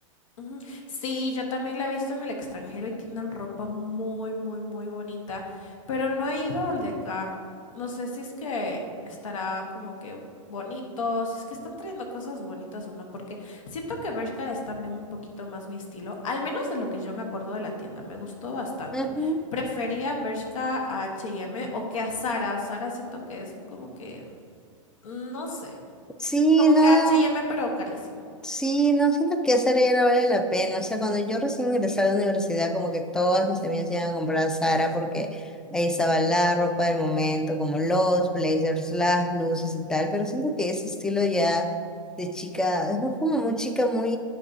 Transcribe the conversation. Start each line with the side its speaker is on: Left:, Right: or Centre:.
Left: Ujú. Sí, yo también la he visto en el extranjero y tienen ropa muy, muy, muy bonita, pero no he ido al de acá. No sé si es que estará como que bonito, si es que están trayendo cosas bonitas o no, porque siento que Bershka es también un poquito más mi estilo, al menos de lo que yo me acuerdo de la tienda, me gustó bastante.
Centre: Ujú.
Left: Prefería Bershka a H&M o que a Zara. Zara siento que es como que, no sé.
Centre: Sí,
Left: Como
Centre: no.
Left: que H&M, pero carísimo.
Centre: Sí, no siento que Sara ya no vale la pena. O sea, cuando yo recién ingresé a la universidad, como que todas mis amigas iban a comprar a Zara porque ahí estaba la ropa del momento, como los blazers, las blusas y tal. Pero siento que ese estilo ya de chica, es como
Left: Ujú,
Centre: muy chica, muy